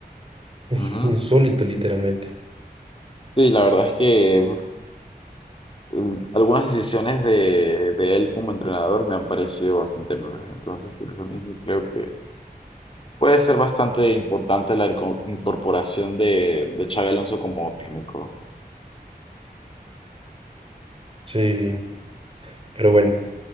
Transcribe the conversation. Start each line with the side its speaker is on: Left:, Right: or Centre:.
Right: <laughs>
Left: ujú.
Right: insólito literalmente.
Left: Sí, la verdad es que uf, el- algunas decisiones de, de él como entrenador me han parecido bastante malas. Entonces, por eso mismo creo que puede ser bastante importante la inco- incorporación de, de Xabi Alonso como técnico.
Right: Sí, pero bueno.